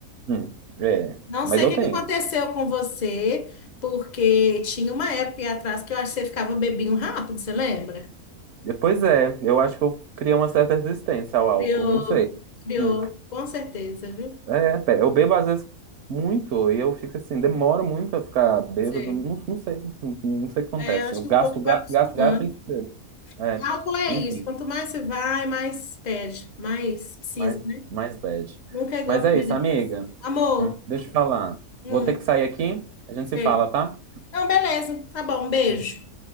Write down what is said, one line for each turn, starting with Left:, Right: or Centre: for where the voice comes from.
Right: hum, é,
Left: Não
Right: mas
Left: sei
Right: eu
Left: o que
Right: tenho.
Left: que aconteceu com você, porque tinha uma época aí atrás que eu acho que você ficava um bebinho rápido, você lembra?
Right: Pois é, eu acho que eu criei uma certa resistência ao álcool,
Left: Criou,
Right: não sei.
Left: criou,
Right: Hum.
Left: com certeza, viu?
Right: É, pé, eu bebo às vezes muito e eu fico assim, demoro muito a ficar bêbado,
Left: Sei.
Right: não, não sei, não, não sei o que
Left: É,
Right: acontece.
Left: eu acho
Right: Eu
Left: que
Right: gasto,
Left: o corpo
Right: gasto,
Left: vai acostumando.
Right: gasto, gasto e bebo. É,
Left: Álcool é
Right: enfim,
Left: isso, quanto mais você vai, mais perde, mais precisa,
Right: mais,
Left: né?
Right: mais bad.
Left: Nunca é igual
Right: Mas
Left: a primeira
Right: é isso, amiga.
Left: vez. Amor,
Right: Hum, deixa eu te falar.
Left: hum,
Right: Vou ter que sair aqui, a gente
Left: sei.
Right: se fala, tá?
Left: Então, beleza, tá bom, um beijo.
Right: Hum.